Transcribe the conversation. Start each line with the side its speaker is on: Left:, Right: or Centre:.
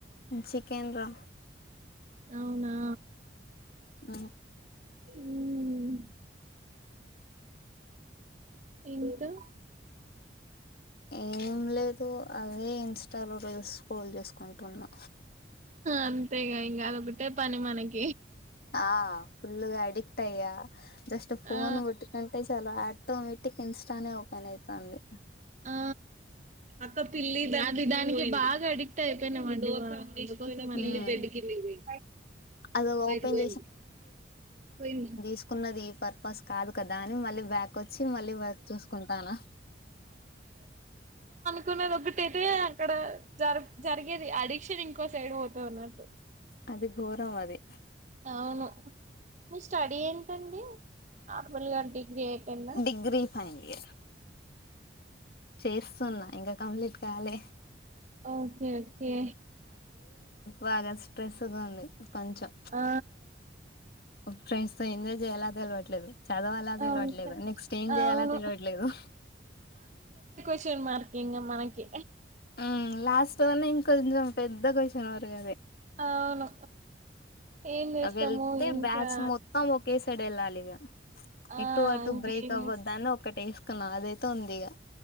Left: చికెన్ రా
Right: అవునా
Left: మ్
Right: మ్మ్ ఇంకా
Left: ఏం లేదు అదే ఇన్స్టాలో రీస్ స్క్రోల్ చేసుకుంటున్నా
Right: అంతేగ ఇంక అదొకటె పని మనకి
Left: ఆ ఫుల్గా అడిక్ట్ అయ్య జస్ట్ ఫోన్
Right: ఆ
Left: ముట్టుకుంటే చాల ఆటోమేటిక్ ఇన్స్టానే ఓపెన్ ఐతాంది
Right: ఆ అక్క పిల్లి అది దానికి బాగా అడిక్ట్ అయిపోయినామండి పోయింద మళ్ళీ
Left: ఉమ్
Right: బడ్డ కిళ పోయి
Left: అది ఓపెన్
Right: బయట పోయింది పోయింది
Left: తీకున్నది ఈ పర్పస్ కాదు కదా అని మళ్ళీ బ్యాక్ కోచ్చి మళ్ళీ బ చూసుకుంటానా
Right: తున్నది ఒకటైతే అక్కడ జ జరిగేది అడిక్షన్ ఇంకో సైడ్ పో టర్నాట్
Left: అది ఘోరం అది
Right: అవును మీ స్టడీ ఏంటండి ఆర్మల్ గా డిగ్రీ అయిపోయింద
Left: డిగ్రీ ఫైనల్ ఇయర్ చేస్తున్నా ఇంకా కంప్లీట్ కాలె
Right: ఓకే ఓకే
Left: బాగా స్ట్రెస్గా ఉంది కొంచెం
Right: ఆ
Left: ఫ్రెండ్స్ తో ఎజాయ్ చేయాలా తెలియవట్లేదు చదవాల తెలియట్లేదు
Right: అవును
Left: నెక్స్ట్ ఏం చేయాల
Right: అవును
Left: తెలియట్లేదు
Right: క్యూస్షన్ మార్క్ ఇంకా మనకి
Left: హ్మ్ లాస్ట్ లోనే ఇంకొంచెం పెద్ద క్వశ్చన్ వరకు
Right: అవును ఏం చేస్తాము
Left: అది వెళ్తే
Right: ఇంకా
Left: బ్యాచ్ మొత్తం ఒకేసరీ వెళ్ళాలిక
Right: ఆ
Left: ఇటు అటు
Right: ఇంకేం
Left: బ్రేక్ అవ్వద్ద
Right: చేస్
Left: అని ఒక్కటి వేసుకున్నాం అదైతే ఉంది ఇక